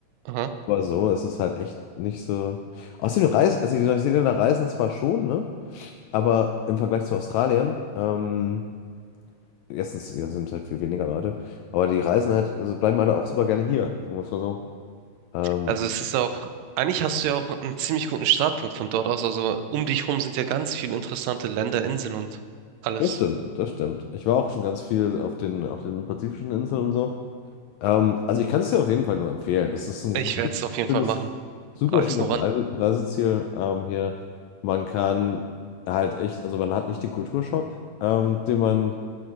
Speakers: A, on the right; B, on the left.
A: Aha.
B: Aber so ist es halt echt nicht so. Außerdem reisen, also die Neuseeländer reisen zwar schon, ne? Aber im Vergleich zu Australien, ähm, Erstens, ja, sind halt viel weniger Leute, aber die reisen halt, also bleiben halt auch super gerne hier, sagen wir es mal so. Ähm,
A: Also es ist auch, eigentlich hast du ja auch einen ziemlich guten Startpunkt von dort aus. Also um dich rum sind ja ganz viele interessante Länder, Inseln und alles.
B: das stimmt, das stimmt. Ich war auch schon ganz viel auf den, auf den pazifischen Inseln und so. Ähm, also ich kann es dir auf jeden Fall nur empfehlen. Es ist ein
A: Ich
B: gut-
A: werde es auf jeden
B: schönes,
A: Fall machen.
B: super
A: Frage
B: schönes
A: ist nur wann.
B: Reise- Reiseziel ähm, hier. Man kann halt echt, also man hat nicht den Kulturschock, ähm, den man,